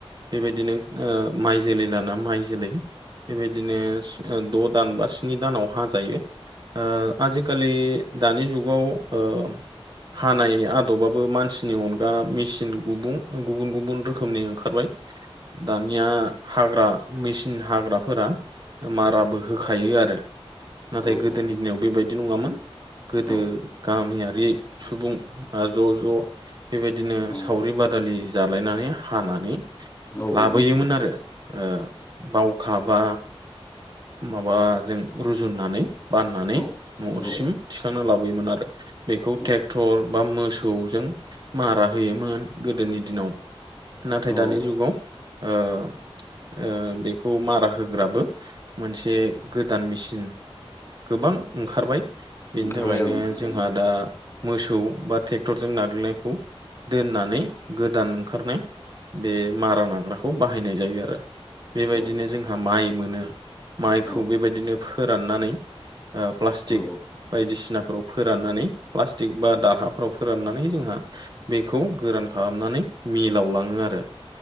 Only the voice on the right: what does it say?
बेबायदिनो ओ माइ जोलै लाना माइ जोलै बेबायदिनो द' दान बा स्नि दानाव हाजायो। ओ आजिखालि दानि जुगाव ओ हानाय आदबाबो मानसि नि अनगा मेचिन गुबु-गुबुन गुबुन रोखोमनि ओंखारबाय दानिया हाग्रा मेचिन हाग्राफोरा माराबो होखायो आरो। नाथाय
गोदोनि दिनाव बेबाय दि नङामोन गोदो
गामियारि सुबुं आ ज' ज' बेबायदिनो
सावरि बादालि जालायनानै हानानै
लाबोयोमोन
आरो ओ बावखा बा माबाजों रुजुननानै बाननानै
न'सिम
थिखांना लाबोयोमोन आरो। बेखौ
ट्रेक्टर बा मोसौजों मारा होयोमोन गोदोनि दिनाव नाथाय
दानि जुगाव ओ ओ बेखौ मारा होग्राबो मोनसे गोदान मेचिन गोबां ओंखारबाय बेनि
थाखायनो
जोंहा दा मोसौ बा ट्रेक्टरजों नाग्लिनायखौ दोननानै गोदान ओंखारनाय बे मारा नाग्राखौ बाहायनाय जायो आरो। बेबायदिनो
जोंहा माइ मोनो माइखौ
बेबायदिनो फोराननानै ओ प्लासटिक
बायदिसिनाफोराव फोराननानै प्लास्टिक बा दारहाफ्राव फोराननानै जोंहा बेखौ गोरान खालामनानै मिलाव लाङो आरो।